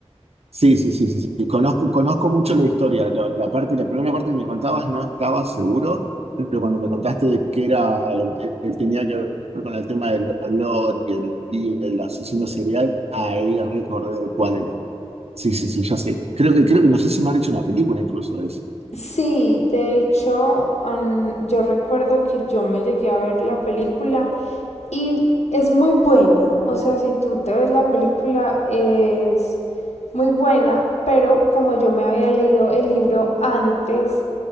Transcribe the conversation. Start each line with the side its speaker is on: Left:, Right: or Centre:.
Right: Sí, sí, sí, sí, sí. Conozco, conozco mucho la historia. La, la parte, la primera parte que me contabas no estaba seguro, pero cuando me contaste de que era, eh, eh, tenía que ver con el tema del olor y el, y el asesino serial, ahí recordé cuál era. Sí, sí, sí, ya sé. Creo que, creo que no sé si me han hecho una película incluso de eso.
Left: Sí, de hecho, an- yo recuerdo que yo me llegué a ver la película y es muy buena, o sea, si tú te ves la película es muy buena, pero como yo me había leído el libro antes,